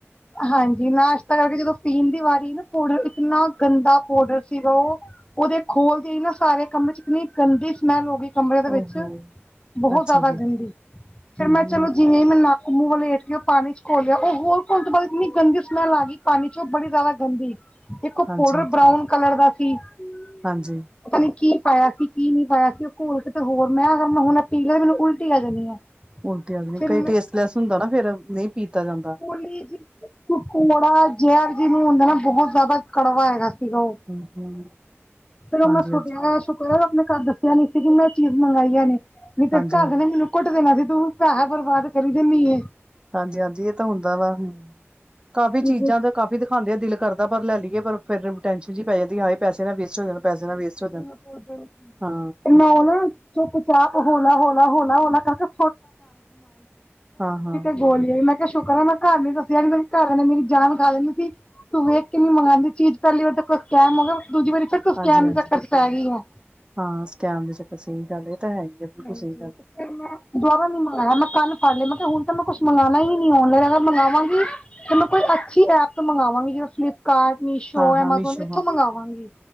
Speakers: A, on the left (about 20°); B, on the right (about 20°).
A: ਹਾਂਜੀ, ਨਾਸ਼ਤਾ ਕਰਕੇ ਜਦੋਂ ਪੀਣ ਦੀ ਵਾਰੀ ਨਾ ਪਾਊਡਰ ਇਤਨਾ ਗੰਦਾ ਪਾਊਡਰ ਸੀਗਾ ਉਹ। ਉਹਦੇ ਖੋਲ੍ਹ ਦੀ ਹੀ ਨਾ ਸਾਰੇ ਕੰਮਰੇ ਚ ਕਿੰਨੀ ਗੰਦੀ ਸਮੈਲ ਹੋ ਗਈ ਕਮਰੇ ਦੇ ਵਿੱਚ
B: ਓਹੋ
A: ਬਹੁਤ
B: ਅੱਛਾ
A: ਜ਼ਿਆਦਾ
B: ਜੀ
A: ਗਦੀ, ਫਿਰ
B: ਹੂੰ
A: ਮੈਂ
B: ਹੂੰ
A: ਚਲੋ ਜਿਵੇਂ ਮੈ ਘੁੰਮੂ ਵਾਲ ਲੇਠ ਕੇ ਉਹ ਪਾਣੀ ਚ ਘੋਲਿਆ, ਉਹ ਹੋਰ ਘੁਣ ਤੋਂ ਬਾਅਦ ਇੰਨੀ ਗੰਦੀ ਮੈਂ ਲਾ ਗਈ, ਪਾਣੀ ਚ ਉਹ ਬੜੀ ਜ਼ਿਆਦਾ ਗੰਦੀ, ਦੇਖੋ
B: ਹਾਂਜੀ
A: ਪੋਡਰ
B: ਹਾਂਜੀ
A: ਬਰਾਊਨ ਕਲਰ ਦਾ ਸੀ <unintelligible>
B: ਹਾਂਜੀ।
A: ਪਤਾ ਨੀ ਕੀ ਪਾਇਆ ਸੀ, ਕੀ ਨਹੀਂ ਪਾਇਆ ਸੀ, ਉਹ ਘੋਲ ਕੇ ਤੇ ਹੋਰ ਮੈਂ ਰੈਂ ਹੁਣ ਮੈਨੂੰ ਉਲਟ ਹੀ ਆ ਜਾਂਣੀ ਆ।
B: ਉਲਟੀ ਆਂ ਜਾਣੀ,
A: ਫਿਰ
B: ਕਈ
A: ਮੈਂ
B: ਟੇਸਟਲੈਸ ਹੁੰਦਾ ਨਾ ਫੇਰ ਨਹੀਂ ਪੀਤਾ ਜਾਂਦਾ।
A: ਪੋਲੀ ਜੀ ਕੋ ਘੋੜਾ ਜੈਰ ਜਿਵੇਂ ਹੁੰਦਾ ਨਾ, ਬਹੁਤ ਜ਼ਿਆਦਾ ਕੜਵਾ ਹੈਗਾ। ਉਹ
B: ਹੂੰ ਹੂੰ
A: ਫਿਰ ਉਹ
B: ਹਾਂਜੀ
A: ਮੈਂ ਸੁਟਿਆ
B: ਹਾਂਜੀ
A: <unintelligible> ਕੋਈ ਆਪਣੇ ਘਰ ਦੱਸਿਆਂ, ਨੀ ਸੀ ਕਿ ਮੈਂ ਚੀਜ਼ ਮੰਗਵਾਈਆਂ ਨੀ ਤੇ
B: ਹਾਂਜੀ
A: ਘਰ
B: ਹਾਂਜੀ
A: ਨੇ ਮੈਨੂੰ ਕੁੱਟ ਦੇਣਾ ਸੀ, ਤੂੰ ਪੈਸਾ ਬਰਬਾਦ ਕਰੀ ਦਿੰਦੀ ਐ।
B: ਹਾਂਜੀ ਹਾਂਜੀ, ਇਹ ਤਾਂ ਹੁੰਦਾ ਵਾ, ਕਾਫ਼ੀ
A: ਬਿਲਕੁਲ
B: ਚੀਜ਼ਾਂ ਦਾ ਕਾਫ਼ੀ ਦਿਖਾਦੇ, ਆ ਦਿਲ ਕਰਦਾ ਪਰ ਲੈ ਲਈਏ, ਪਰ ਫਿਰ ਟੈਂਨਸ਼ਨ ਜੀ ਪੈ ਜਾਂਦੀ ਆ, ਹਏ ਪੈਸੇ ਨਾ ਵੇਸ ਹੋ ਜਾਦੇ ਪੈੇਸੇ ਨਾ ਵੇਸਟ ਹੋ
A: ਬਿਲਕੁਲ,
B: ਜਾਣ
A: ਬਿਲਕੁਲ,
B: ਹਾਂ
A: ਕਿ ਨੋਂ ਨਾ ਚੁੱਪ ਚਾਪ ਹੌਲਾ, ਹੌਲਾ, ਹੌਲਾ, ਹੌਹ ਲਾ ਕਰਕੇ
B: ਹਾਂ ਹਾਂ
A: <unintelligible> ਬੋਲੀਏ ਮੈਂ ਕਿਹਾ ਸ਼ੁਕਰ ਆ, ਮੈਂ ਘਰ ਨੀ ਦੱਸਿਆ ਮੇਰੀ ਘਰ ਨੇ ਮੇਰੀ ਜਾਨ ਖਾ ਲੈਂਨੀ ਸੀ। ਤੂੰ ਵੇਖ ਕੇ ਨੀ ਮੰਗਵਾਦੀ, ਚੀਜ਼ ਪਹਿਲੀ ਵਾਰ ਤੇਕੋ ਸਕੈਮ ਤਾਂ ਹੋ ਗਿਆ, ਦੂਜੀ ਵਾਰੀ ਫਿਰ ਤੂੰ ਸਕੈਮ
B: ਹਾਂਜੀ-ਹਾਂਜੀ
A: ਦੇ ਚੱਕਰ ਚ ਪੈ ਗਈ ਹੈ
B: ਹਾਂ, ਸਕੈਮ ਦੇ ਚੱਕਰ ਸਹੀ ਗੱਲ ਇਹ ਤਾਂ ਹੈ ਹੀ। ਆ ਬਿਲਕੁਲ
A: ਹਾਂਜੀ।
B: ਸਹੀ ਗੱਲ
A: ਮੈਂ ਦੁਬਾਰਾ ਨੀ ਮੰਗਵਾਈਆਂ, ਮੈਂ ਕੱਲ ਫੜ ਲਿਆ ਮੈਂ ਕਿਹਾ ਹੁਣ ਤਾਂ ਮੈਂ ਕੁਛ ਮੰਗਣਾ ਹੀ ਨੀ ਔਨਲਾਈਨ ਅਗਰ ਮੰਗਵਾਗੀ ਫੇ ਮੈਂ ਕੋਈ ਅੱਛੀ ਐਪ ਮੰਗਾਵਾਗੀ, ਜਿਵੇਂ ਫਲਿੱਪਕਾਰਟ ਮੀਸ਼ੋ
B: ਹਾਂ
A: ਐਮਾਜ਼ੋਨ
B: ਹਾਂ ਮੀਸ਼ੋ
A: ਇੱਥੋਂ
B: ਹਾਂ
A: ਮੰਗਵਾਗੀ।